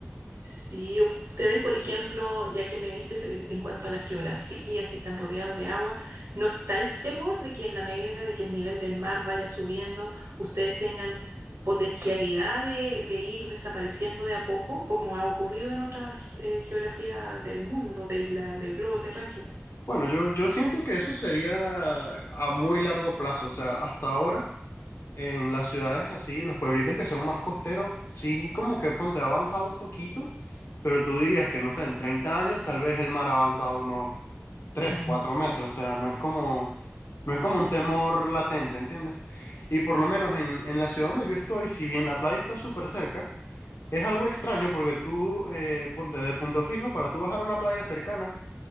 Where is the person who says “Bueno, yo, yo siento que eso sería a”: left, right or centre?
Left